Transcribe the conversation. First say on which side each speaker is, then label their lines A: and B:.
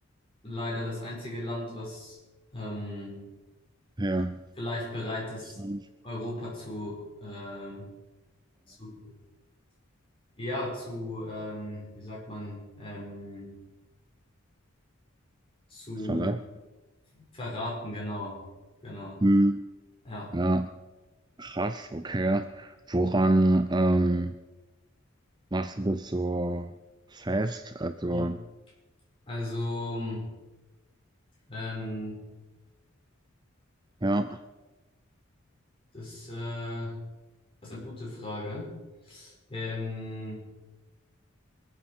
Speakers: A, on the left; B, on the right.
A: leider das einzige Land, was ähm,
B: ja.
A: vielleicht bereit ist,
B: Verlassen.
A: Europa zu, ähm, zu Ja, zu, ähm, wie sagt man, ähm, zu
B: Verlassen.
A: verraten, genau, genau,
B: Hm.
A: ja.
B: Ja, krass, okay. Woran ähm, machst du das so fest? Also,
A: Hm. Also, ähm,
B: ja.
A: das, äh, das ist eine gute Frage. Ähm,